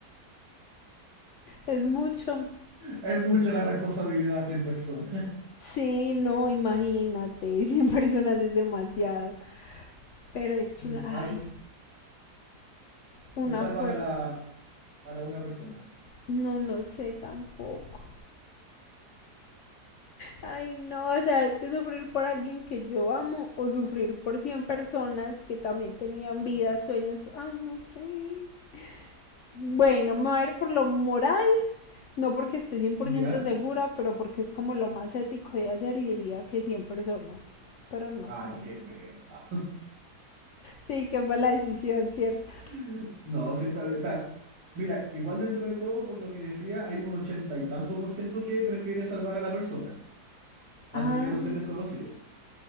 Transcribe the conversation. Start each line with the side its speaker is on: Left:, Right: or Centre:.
Left: es mucho.
Right: Es mucha la responsabilidad a 100 personas.
Left: Sí, no, imagínate, <laughs> 100 personas es demasiado. Pero es que
Right: Ya.
Left: una, ay,
Right: Ah, tú,
Left: una
Right: tú salvas
Left: per-
Right: a la, a la una persona.
Left: no, no sé tampoco. Ay, no, o sea, es que sufrir por alguien que yo amo o sufrir por 100 personas que también tenían vidas, sueños, ay, no sé. Bueno, me voy a ir por lo moral No porque esté 100%
Right: ¿Ya?
Left: segura, pero porque es como lo más ético de hacer y diría que 100 personas. Pero no
Right: Ah,
Left: sé.
Right: no, qué feo. Ah,
Left: Sí, qué mala decisión, ¿cierto?
Right: <laughs> no, sí está bien. O sea, mira, igual dentro de todo, por lo que decía, hay un ochenta y tanto por ciento que prefiere salvar a la persona antes
Left: Ah,
Right: que a los 100 desconocidos.